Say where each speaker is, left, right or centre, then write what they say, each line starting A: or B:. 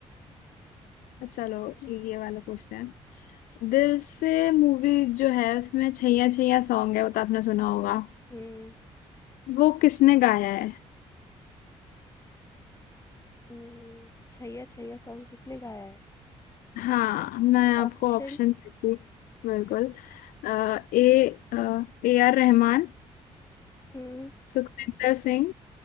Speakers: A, on the left; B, on the left.
A: अ, चलो ये वाला पूछते हैं दिल से मूवी जो है उसमें छैया छैया सॉन्ग है वो तो आपने सुना होगा
B: हम्म
A: वो किसने गाया है
B: हम्म, छैया छैया सॉन्ग किसने गाया है
A: हाँ मैं आपको
B: ऑप्शन
A: ऑप्शन देती हूँ, बिल्कुल अ, ए अ, ए आर रहमान
B: हम्म
A: सुखविंदर सिंह